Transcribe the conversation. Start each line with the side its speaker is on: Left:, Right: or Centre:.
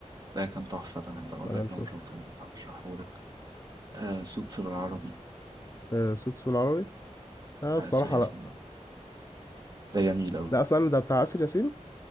Right: ده كان تحفة ده أنا بقول
Left: ده كان
Right: لك
Left: شفته
Right: لو ما شفته هشرحهولك آه سوتس بالعربي
Left: آه سوتس بالعربي آه الصراحة
Right: آه آسر ياسين
Left: لا
Right: ده جميل أوي
Left: لا استنى ده بتاع آسر ياسين